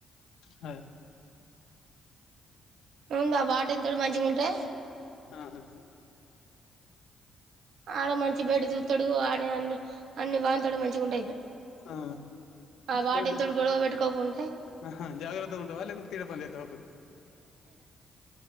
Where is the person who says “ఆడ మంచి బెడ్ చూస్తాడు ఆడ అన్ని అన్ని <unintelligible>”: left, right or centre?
Right